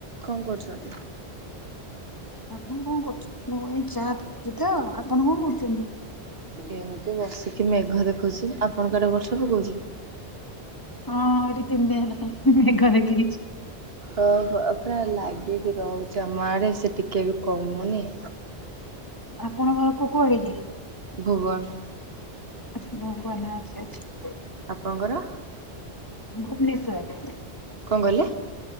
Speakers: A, on the right (about 60°); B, on the left (about 20°).
A: କଣ କରୁଚନ୍ତି।
B: ଆପଣ କଣ କରୁଚନ୍ତି। ମୁଁ ଏଇ ଚା ପିଉଚିତ ଆପଣ କଣ କରୁଚନ୍ତି।
A: ଏମିତି ବସିକି ମେଘ ଦେଖୁଛି। ଆପଣଙ୍କଆଡ଼େ ବର୍ଷା ପକଉଚି।
B: ହଁ ଏଠି ତିନି ହେଲାଣି ମେଘ ଏଇଠି ହେଇଚି।
A: ଓ ହୋ ପୁରା ଲାଗିକି ରହୁଚି ଆମ ଆଡେ। ସେ ଟିକେ ବି କମୁନି।
B: ଆପଣଙ୍କ ଘର କୁ କୁଆଡେ କି?
A: ଭୁବନ।
B: ଆଛା ଭୁବନ ଆଛା ଆଛା।
A: ଆପଣଙ୍କର।
B: ଭୁବନେଶ୍ବର
A: କଣ କହିଲେ?